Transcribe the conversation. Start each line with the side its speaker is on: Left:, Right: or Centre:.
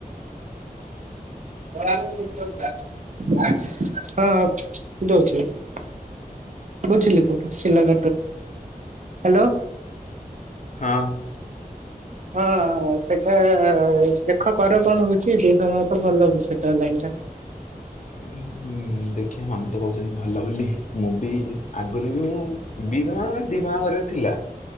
Right: ହଁ ହଁ ଦଉଛି। ବୁଝିଲି <unintelligible> ହ୍ୟାଲୋ
Left: ହଁ।
Right: ହଁ ସେଟା ଦେଖ କର କଣ ହଉଛି, ଦିଥର ତ ଭଲ ବି ସେଟା ଲାଇନ୍ ଟା।
Left: ହୁଁ, ହୁଁ। ଦେଖେ ମାମୁଁ ତ କହୁଛନ୍ତି ଭଲ ବୋଲି, ମୁଁ ବି ଆଗରୁ ବି ମୁଁ <unintelligible> ଡିଫାର୍ମା କରିବାର ଥିଲା।